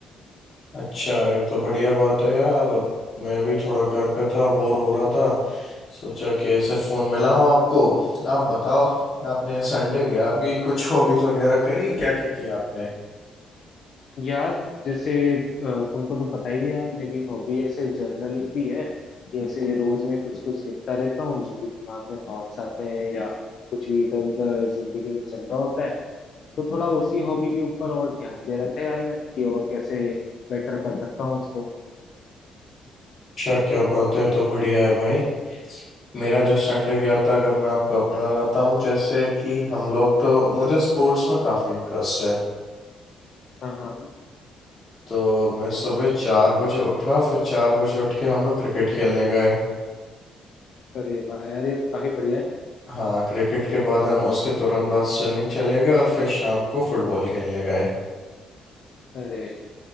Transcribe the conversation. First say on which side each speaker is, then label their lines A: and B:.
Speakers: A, on the left; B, on the left.
A: अच्छा ये तो बढ़िया बात है यार अब मैं भी थोड़ा घर पे था बोर हो रहा था सोचा कि ऐसे फोन मिलाऊं आपको आप बताओ आपने संडे गया अभी कुछ हॉबीज वगैरह करी क्या क्या किया आपने
B: यार जैसे अ, तुमको तो पता ही है यार मेरी हॉबी ऐसे जर्नलिंग भी है कि ऐसे रोज में कुछ कुछ लिखता रहता हूँ जो भी दिमाग में थॉट्स आते हैं या कुछ भी इधर उधर जिंदगी में चल रहा होता है तो थोड़ा उसी हॉबी के ऊपर और ध्यान दे रहा था यार मैं कि और कैसे बेटर कर सकता हूँ उसको
A: अच्छा क्या बात है तो बढ़िया है भाई मेरा जो संडे गया था अगर मैं आपको अपने बारे में बताऊं जैसे कि हम लोग तो मुझे स्पोर्ट्स में काफ़ी इंटरेस्ट है
B: हाँ
A: तो मैं सुबह चार बजे उठा फिर चार बजे उठ के हम लोग क्रिकेट खेलने गए
B: अरे वाह यार ये तो काफी बढ़िया है
A: हाँ क्रिकेट के बाद हम उसके तुरंत बाद स्विमिंग चले गए और फिर शाम को फुटबॉल खेलने गए
B: अरे